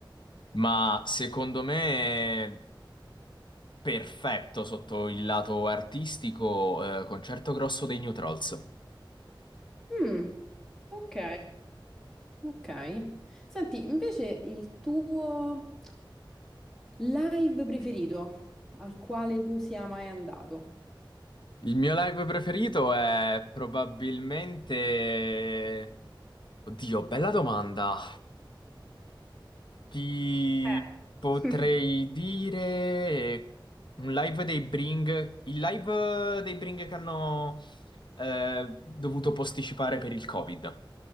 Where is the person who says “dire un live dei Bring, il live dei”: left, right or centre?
Left